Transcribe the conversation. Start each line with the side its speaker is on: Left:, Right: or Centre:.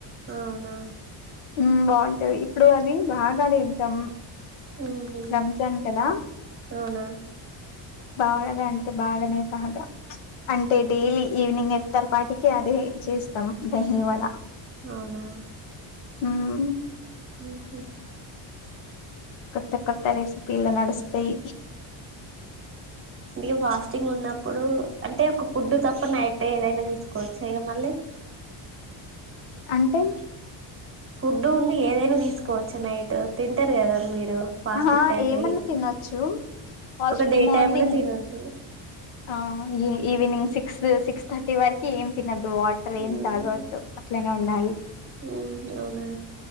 Right: అవునా
Left: మ్మ్ బావుంటది ఇప్పుడు అది బాగా తింటాం
Right: ఉహు
Left: రంజాన్ కదా
Right: అవునా
Left: బాగా అంటే బాగానే బాగా చ్ అంటే డైలీ ఈవినింగ్ ఎత్తం వాటికి అదే చేస్తం ధహీ వడ
Right: అవునా
Left: మ్మ్
Right: ఉహు
Left: కొత్త కొత్త రెసిపీలు నడుస్తయి
Right: ఇగా ఫాస్టింగ్ ఉన్నప్పుడు అంటే ఒక ఫుడ్ తప్ప నైట్ ఏదయిన తీసుకోవోచ్చ ఇగా మళ్లే
Left: అంటే
Right: ఫుడ్ ఉండి ఏదైనా తీసుకోవచ్చు నైట్ తింటరు కదా మీరు ఫాస్టిక్
Left: ఆహా
Right: టైప్ల
Left: ఏమన్నా
Right: చెస్
Left: తినొచ్చు హాస్టల్
Right: ఒక డే
Left: మార్నింగ్
Right: టైమ్ లో తినోద్దు.
Left: ఆ ఎ ఈవినింగ్ సిక్స్, సిక్స్థర్టీ వరకి ఏం తినదు. వాటర్ ఏం
Right: మ్మ్
Left: తాగోద్దు అట్లనే ఉండాలి.
Right: మ్మ్ అవునా